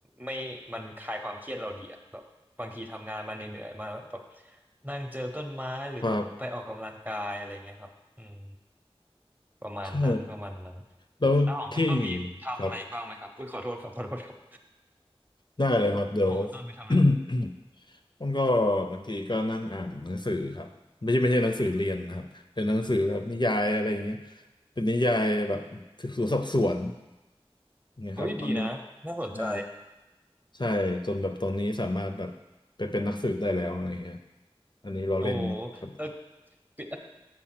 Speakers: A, on the right; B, on the left.
A: ไม่มันคลายความเครียดเราดีอะแบบบางทีทำงานมาเหนื่อยๆมาแล้วแบบนั่งเจอต้นไม้หรือแบบไปออกกำลังกายอะไรเงี้ยครับอืม
B: ครับ
A: ประมาณนั้นประมาณนั้น
B: ใช่แล้วที่
A: อ้าวของคุณต้นมีทำอะไรอีกบ้างไหมครับอุ้ยขอโทษครับขอโทษครับ
B: ครับได้เลยครับเดี๋ยว
A: ของคุณต้นไปทำอะไรไหม
B: <coughs> มันก็บางทีก็นั่งอ่านหนังสือครับไม่ใช่ไม่ใช่หนังสือเรียนนะครับเป็นหนังสือแบบนิยายอะไรอย่างเงี้ยเป็นนิยายแบบสืบสวนสอบสวนอย่เงี้ยครับมัน
A: อุ้ยดีนะน่าสนใจ
B: ใช่ใช่จนแบบตอนนี้สามารถแบบไปเป็นนักสืบได้แล้วอะไรอย่างเงี้ยอันนี้เราเล่นครับ
A: โอ้เออฟิ